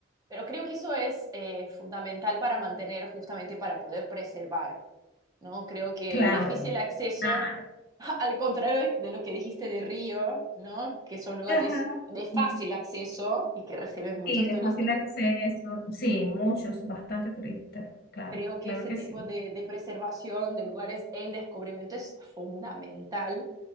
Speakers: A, on the right; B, on the left.
A: Pero creo que eso es eh, fundamental para mantener, justamente para poder preservar ¿no? Creo que
B: Claro,
A: el difícil acceso,
B: claro.
A: <laughs> al contrario de, de lo que dijiste de Río, ¿no? Que son lugares
B: Ajá.
A: de fácil
B: Sí,
A: acceso y que reciben muchos
B: sí, de
A: turistas,
B: fácil acceso. Sí, muchos, bastante turistas. Claro,
A: creo que
B: claro
A: ese
B: que
A: tipo
B: sí.
A: de, de preservación de lugares en descubrimiento es fundamental